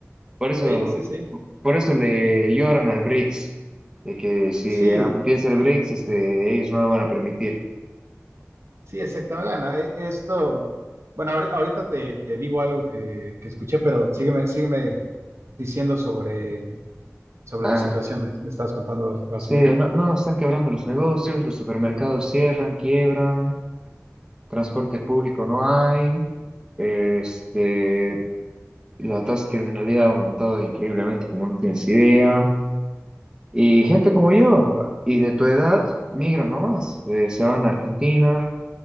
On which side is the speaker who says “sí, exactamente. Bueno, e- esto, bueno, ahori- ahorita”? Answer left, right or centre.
Right